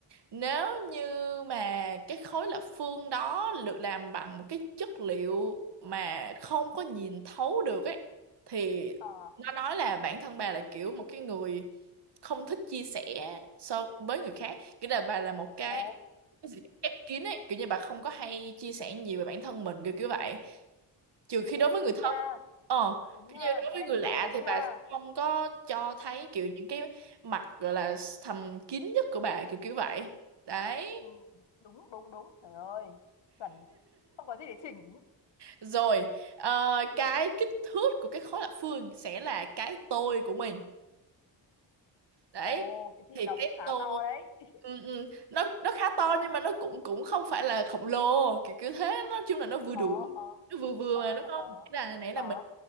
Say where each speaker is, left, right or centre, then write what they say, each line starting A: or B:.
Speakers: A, on the right (about 60°); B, on the left (about 65°).
A: Nếu như mà cái khối lập phương đó được làm bằng một cái chất liệu mà không có nhìn thấu được ấy thì
B: Ờ,
A: nó nói là bản thân bà là kiểu một cái người không thích chia sẻ so với người khác, kiểu là bà là một cái
B: ồ,
A: cái gì ép kín ấy, kiểu như bà không có hay chia sẻ nhiều về bản thân mình kiểu kiểu vậy trừ khi đối với
B: đúng
A: người thân
B: nha,
A: ờ
B: đúng
A: kiểu
B: nha.
A: như đối
B: Cái
A: với
B: này
A: người
B: tôi
A: lạ
B: thấy rất đúng
A: thì
B: nha.
A: bà không có cho thấy kiểu những cái mặt gọi là thầm kín nhất của bà kiểu kiểu vậy đấy
B: Ừ, đúng, đúng, đúng. Trời ơi, chuẩn. Không có gì để chỉnh.
A: rồi ờ, cái kích thước của cái khối lập phương sẽ là cái tôi của mình đấy
B: Ồ, thế thì
A: thì
B: nó cũng
A: cái
B: khá
A: tô
B: to đấy. <laughs>
A: ừ, ừ, nó nó khá to nhưng mà nó cũng cũng không phải là khổng lồ kiểu kiểu thế nói chung là nó vừa
B: Ờ,
A: đủ
B: ờ,
A: nó vừa vừa
B: ờ,
A: mà đúng
B: ờ,
A: không
B: ờ,
A: nãy là nãy
B: ờ.
A: là mình